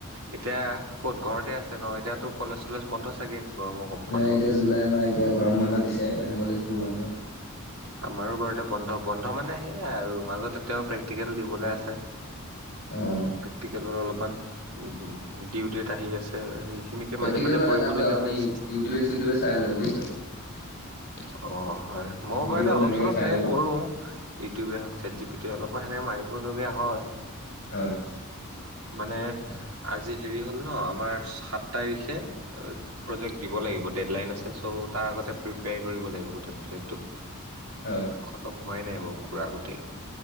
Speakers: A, on the right; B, on the left.
A: এতিয়া ক'ত ঘৰতে আছে ন এতিয়াতো কলেজ চলেজ বন্ধ চাগে। গৰমৰ
B: নাই
A: বন্ধ
B: এতিয়া জুলাই মাহ এতিয়া গৰম বন্ধ দিছে সেইকানে কলেজবোৰ বন্ধ।
A: আমাৰো বাৰুতে বন্ধ বন্ধ মানে সেইয়াই আৰু মাজতে তেওঁ প্ৰেক্টিকেল দিবলৈ আছে।
B: অ'
A: প্ৰেক্টিকেলৰ অলপমান। ডিউটেত আহি আছে সেইখিনিকে
B: প্ৰেক্টিকেলটো
A: মাজে মাজে
B: এটা
A: কৰিবলগীয়া
B: কাম কৰে আপুনি
A: হৈ
B: ইউ
A: আছে।
B: ইউটিউবে চিউটিউবে চাই লব বুজিছ <unintelligible>
A: অ হয়। ময়
B: ইউটিউবত
A: বাৰুতে অলপ
B: ধুনীয়াকে
A: চলপ
B: চাই
A: সেনেক
B: ল'ব
A: কৰো ইউটিউবে হওঁক চেট জি পি অলপমান সেনে মাৰিব লগগীয়া। হয়।
B: হয়।
A: মানে আজি হেৰি হ'ল ন আমাৰ সাত তাৰিখে প্ৰজেক্ট দিব লাগি। ব ডেডলাইন আছে চ' তাৰ আগতে প্ৰিপেয়াৰ কৰিব লাগিব গোটেই প্ৰজেক্টটো।
B: হয়
A: খতম হোৱাই নাই মোৰ ঘূৰা গোটেই।